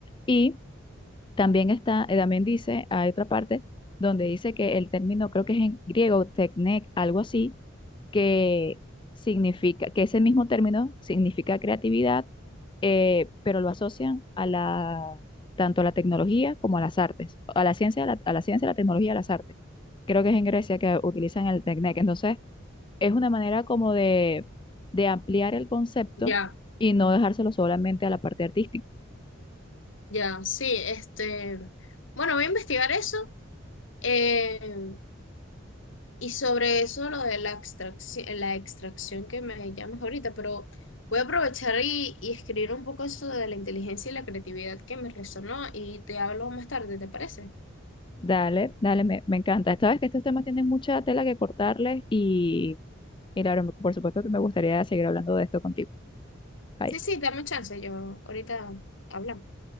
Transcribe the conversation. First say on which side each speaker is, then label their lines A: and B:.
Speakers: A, on the left; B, on the left.
A: Y también está, eh, también dice, hay otra parte donde dice que el término, creo que es en griego, techne, algo así que significa, que ese mismo término significa creatividad, eh, pero lo asocian a la, tanto a la tecnología como a las artes, a la ciencia, a la, a la ciencia, a la tecnología, a las artes. Creo que es en Grecia que utilizan el Teknek. Entonces, es una manera como de, de ampliar el concepto
B: Ya,
A: y no dejárselo solamente a la parte artística.
B: ya, sí, este, bueno, voy a investigar eso eh, y sobre eso lo de la extracción, la extracción que me llamas ahorita, pero voy a aprovechar y, y escribir un poco eso de la inteligencia y la creatividad que me resonó y te hablo más tarde, ¿te parece?
A: Dale, dale, me, me encanta. Sabes que estos temas tienen mucha tela que cortarles y, y claro, por supuesto que me gustaría seguir hablando de esto contigo. Bye.
B: Sí, sí, dame chance, yo ahorita hablamos.